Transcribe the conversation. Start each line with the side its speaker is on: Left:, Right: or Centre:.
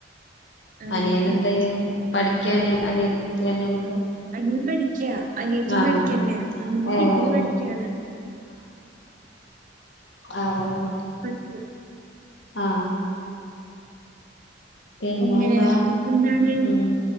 Right: അങ്ങനായിട്ട്.
Left: അനിയൻ എന്താ ചെയ്ണു പഠിക്കൻ അനിയത്തി അനിയനൊക്കെ
Right: അനിയൻ പഠിക്ക അനിയത്തിയും
Left: ആഹ്
Right: പഠിക്ക തന്നെയാ അനിയൻ
Left: ഏഹ്
Right: ഡിഗ്രി പഠിക്കയാണ്
Left: ആ തന്നെ
Right: പ്ലസ്ടു
Left: ആഹ് പിന്നെന്താ
Right: അങ്ങനെ എന്താണ്
Left: ഉം